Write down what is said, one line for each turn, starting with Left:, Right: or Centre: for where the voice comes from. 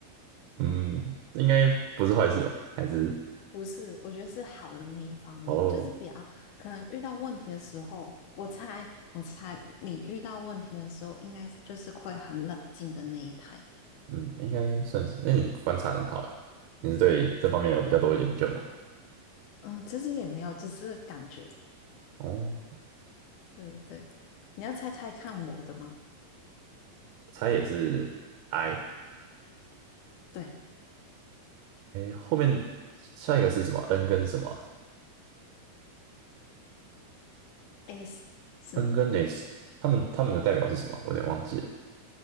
Right: <laughs> 嗯，应该不是坏事吧？还是
Left: 不是，我觉得是好的那一方面，
Right: 哦，
Left: 就是比较可能遇到问题的时候，我猜我猜你遇到问题的时候，应该就是会很冷静的那一台，
Right: 嗯，应该算是。那你观察得很好欸，你是对这方面有比较多的研究吗？
Left: 真的，嗯，其实也没有，只是感觉，
Right: 哦，
Left: 对对对，你要猜猜看我的吗？
Right: 我猜也是 I，I
Left: 对
Right: 后面下一个是什么？N 跟什么啊
Left: ，S 是吗？
Right: N 跟 S，他们他们的代表是什么？我有点忘记了